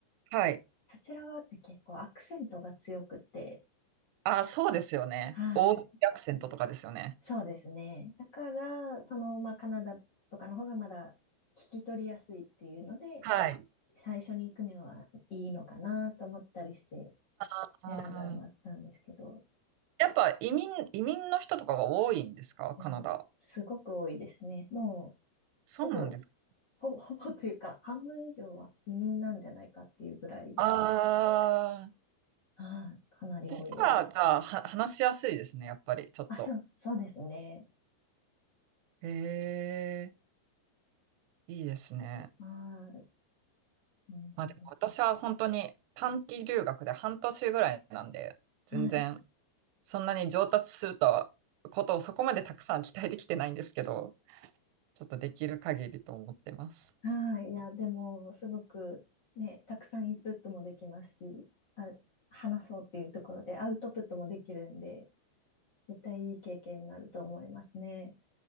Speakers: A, on the right; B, on the left.
A: はい。
B: そちら側って結構アクセントが強くて、
A: あ、そうですよね。
B: はい。
A: オージーアクセントとかですよね。
B: そうですね。だから、その、まあ、カナダとかの方がまだ聞き取りやすいっていうので、
A: はい。
B: 最初に行くにはいいのかなと思ったりして
A: あー
B: 選んだのもあったんですけど、
A: やっぱ移民、移民の人とかが多いんですか、
B: もうすごく多いですね。
A: カナダ。
B: もう
A: そうなんですか。
B: ほぼ、ほぼ、ほぼというか、<laughs> 半分以上は移民なんじゃないかっていうぐらい、
A: ああ、
B: はい、かなり多いです。
A: そしたら、じゃあ、は話しやすいですね、やっぱり、ちょっと。
B: あ、そう、そうですね。
A: へえ。いいですね。
B: はい、なるほど。
A: まあでも私は本当に短期留学で半年ぐらいなんで、全然
B: はい。
A: そんなに上達するとことをそこまでたくさん期待できてないんですけど、ちょっとできる限りと思ってます。
B: はい。いや、でも、すごくね、たくさんインプットもできますし、あ、話そうっていうところでアウトプットもできるんで、絶対いい経験になると思いますね。